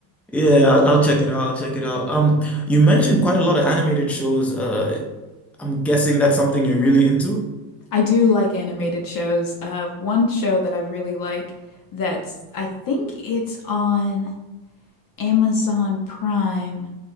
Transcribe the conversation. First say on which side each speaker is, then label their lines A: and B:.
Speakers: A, in the centre; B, on the left (about 45°).
A: Yeah, I'll, I'll check it out. I'll check it out. Um, you mentioned quite a lot of animated shows. Uh, I'm guessing that's something you're really into.
B: I do like animated shows. Uh, one show that I really like that's I think it's on Amazon Prime.